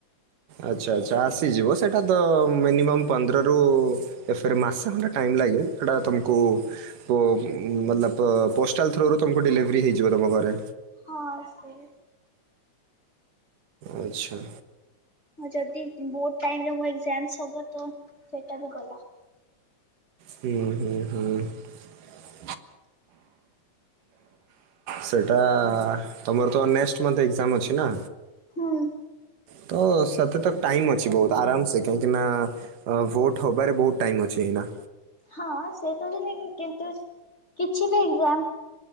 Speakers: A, on the right (about 85°); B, on the left (about 25°).
A: ଆଚ୍ଛା ଆଚ୍ଛା ଆସିଯିବ ସେଇଟା ତ ମିନିମମ୍ ପନ୍ଦରରୁ ଏ ଫେରେ ମାସେ ଖଣ୍ଡେ ଟାଇମ୍ ଲାଗେ ସେଟା ତୁମକୁ ପୋ ମତଲବ ପ ପୋଷ୍ଟାଲ୍ ଥ୍ରୁରୁ ତୁମକୁ ଡେଲିଭରି ହେଇଯିବ ତୁମ ଘରେ।
B: ହଁ ସେଇ
A: ଆଚ୍ଛା।
B: ହଁ ଯଦି ଭୋଟ୍ ଟାଇମରେ ମୋ ଏଜାମସ୍ ହବ ତ ସେଇଟା ବି ଗଲା।
A: ହୁଁ ହୁଁ ହୁଁ।
B: <unintelligible>
A: ସେଇଟା ତମର ତ ନେକଟ୍ ମନଥ୍ ଏଗଜାମ୍ ଅଛି ନା?
B: ହୁଁ।
A: ତ ସେଥିତ ଟାଇମ୍ ଅଛି ବୋହୁତ ଆରାମସେ କାହିଁକି ନା ଅ ଭୋଟ୍ ହବାରେ ବୋହୁତ ଟାଇମ ଅଛି ଏଇନା।
B: ହଁ ସେ ତ ଜିବିନି କିନ୍ତୁ କିଛି ବି ଏଜାଗମ